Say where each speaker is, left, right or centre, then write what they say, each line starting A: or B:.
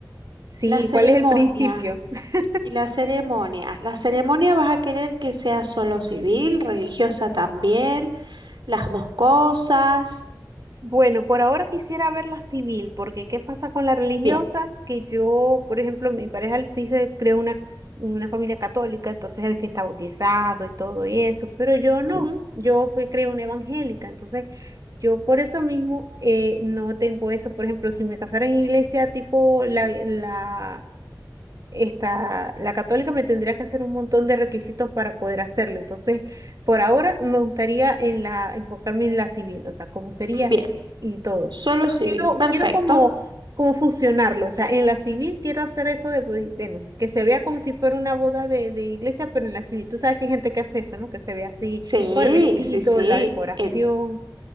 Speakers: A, on the right (about 50°); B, on the right (about 80°).
A: Sí,
B: La ceremonia.
A: ¿cuál es el principio? <laughs>
B: Y la ceremonia. La ceremonia vas a querer que sea solo civil, religiosa también, las dos cosas.
A: Bueno, por ahora quisiera ver la civil, porque ¿qué pasa con la religiosa?
B: Bien.
A: Que yo, por ejemplo, mi pareja él sí se creó una, una familia católica, entonces él sí está bautizado y todo y eso, pero yo no,
B: ujú,
A: yo fui creo una evangélica, entonces yo por eso mismo eh, no tengo eso. Por ejemplo, si me casara en iglesia tipo la, la esta, la católica me tendría que hacer un montón de requisitos para poder hacerlo. Entonces, por ahora me gustaría en la, enfocarme en la civil, o sea, cómo sería
B: Bien.
A: y todo.
B: Solo
A: Pero
B: civil.
A: quiero,
B: Perfecto.
A: quiero como, como fusionarlo, o sea, en la civil quiero hacer eso de, pues, de- bueno, que se vea como si fuera una boda de, de iglesia, pero en la civil. Tú sabes que hay gente que hace eso, ¿no? Que se ve así,
B: Sí,
A: con el vestido,
B: sí, sí.
A: la decoración.
B: En-